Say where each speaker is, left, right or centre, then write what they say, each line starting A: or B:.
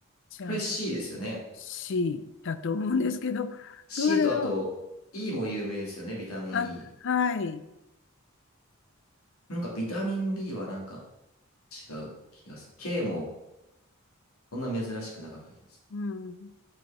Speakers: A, on the left; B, on the left.
A: じゃあ、
B: これ C
A: これ
B: ですよね。
A: C だと思うんですけど、
B: C
A: どうだろ
B: とあと E も有名ですよね、ビタミン
A: う。あ、
B: E。
A: はい。
B: なんかビタミン B はなんか違う気がする。K もそんな珍しくなかった気がする。
A: うん。